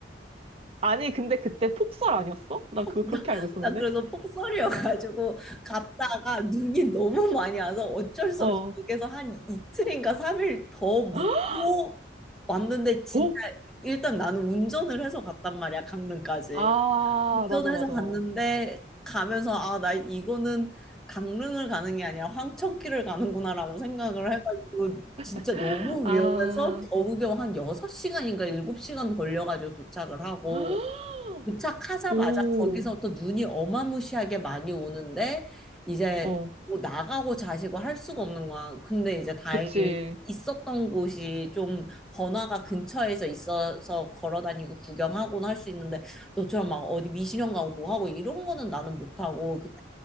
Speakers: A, on the right; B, in the centre.
A: 아니 근데 그때 폭설 아니었어? 나
B: <laughs>
A: 그거 그렇게
B: 나,
A: 알고 있었는데.
B: 나 그래서 폭설이어가지고 갔다가 눈이 너무 많이 와서 어쩔 수
A: 어.
B: 없이 거기서 한 이틀인가 삼일더 묵고
A: <gasps>
B: 왔는데 진짜
A: 어?
B: 일단 나는 운전을 해서 갔단 말이야, 강릉까지.
A: 아
B: 운전을
A: 맞아 맞아.
B: 해서 갔는데 가면서 아, 나 이거는 강릉을 가는 게 아니라 황천길을 가는구나라고 생각을 해가지고 진짜
A: <gasps>
B: 너무
A: 아.
B: 위험해서 겨우겨우 한 6시간인가 7시간 걸려가지고 도착을 하고
A: <gasps>
B: 도착하자마자
A: 오,
B: 거기서 또 눈이 어마무시하게 많이 오는데 이제
A: 어,
B: 뭐 나가고 자시고 할 수가 없는 거야. 근데 이제 다행히
A: 그치.
B: 있었던 곳이 좀 번화가 근처에서 있어서 걸어 다니고 구경하고는 할 수 있는데 너처럼 막 어디 미신형 가고 뭐 하고 이런 거는 나는 못 하고 그냥